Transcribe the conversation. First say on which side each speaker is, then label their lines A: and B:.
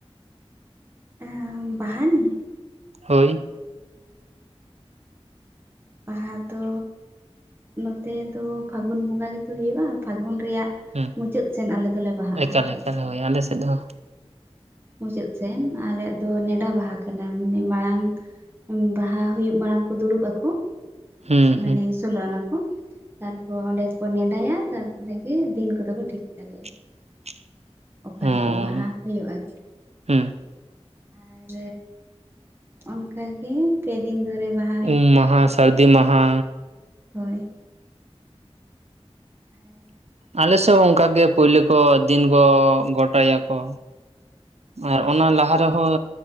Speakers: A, on the right; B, on the right.
A: ᱩᱸᱻ ᱵᱟᱦᱟ ᱨᱮ?
B: ᱦᱳᱭ᱾
A: ᱵᱟᱦᱟ ᱫᱚ ᱱᱚᱛᱮ ᱫᱚ ᱯᱷᱟᱜᱩᱱ ᱵᱚᱸᱜᱟ ᱜᱮᱛᱚ ᱦᱩᱭᱩᱜ-ᱟ, ᱯᱷᱟᱜᱩᱱ ᱨᱮᱭᱟᱜ
B: ᱦᱮᱸ
A: ᱢᱩᱪᱟᱹᱫ ᱥᱮᱱ ᱟᱞᱮ ᱫᱚᱞᱮ ᱵᱟᱦᱟᱜ-ᱟ
B: ᱮᱠᱟᱞ ᱮᱠᱟᱞ
A: ᱟᱨ ᱠᱤ᱾
B: ᱦᱳᱭ ᱟᱞᱮ ᱥᱮᱫ ᱦᱚᱸ
A: ᱢᱩᱪᱟᱹᱫ ᱥᱮᱱ ᱟᱞᱮᱭᱟᱜ ᱫᱚ ᱱᱮᱰᱟ ᱵᱟᱦᱟ ᱠᱟᱱᱟ ᱢᱟᱱᱮ ᱢᱟᱲᱟᱝ ᱵᱟᱦᱟ ᱦᱩᱭᱩᱜ ᱢᱟᱲᱟᱝ ᱠᱚ ᱫᱩᱲᱩᱵ ᱟᱠᱚ
B: ᱦᱩᱸ
A: ᱢᱟᱱᱮ
B: ᱦᱩᱸ
A: ᱟᱹᱥᱩᱞᱚᱜ ᱚᱱᱟ ᱠᱚ ᱛᱟᱨᱯᱚᱨ ᱚᱸᱰᱮ ᱠᱚ ᱱᱮᱰᱟᱭᱟ ᱛᱟᱨᱯᱚᱨᱮ ᱜᱮ ᱫᱤᱱ ᱠᱚᱫᱚ ᱠᱚ ᱴᱷᱤᱠ ᱛᱟᱞᱮᱭᱟ᱾
B: <inaudible>
A: ᱚᱠᱟ
B: ᱦᱚᱸ
A: ᱦᱤᱞᱳᱜ ᱵᱟᱦᱟ ᱦᱩᱭᱩᱜᱼᱟ ᱪᱤ?
B: ᱦᱩᱸ᱾
A: ᱟᱨ ᱚᱱᱠᱟᱜᱮ᱾ ᱯᱮ ᱫᱤᱱ ᱫᱷᱚᱨᱮ ᱵᱟᱝ᱾
B: ᱩᱢ ᱢᱟᱦᱟ, ᱥᱟᱹᱨᱫᱤ ᱢᱟᱦᱟ᱾
A: ᱦᱩᱸ᱾ ᱟᱨ
B: ᱟᱞᱮ ᱥᱮᱫ ᱦᱚᱸ ᱚᱝᱠᱟᱜᱮ ᱯᱳᱭᱞᱳ ᱠᱚ ᱫᱤᱱ ᱠᱚ ᱜᱚᱴᱟᱭᱟᱠᱚ᱾ ᱟᱨ ᱚᱱᱟ ᱞᱟᱦᱟ ᱨᱮᱦᱚᱸ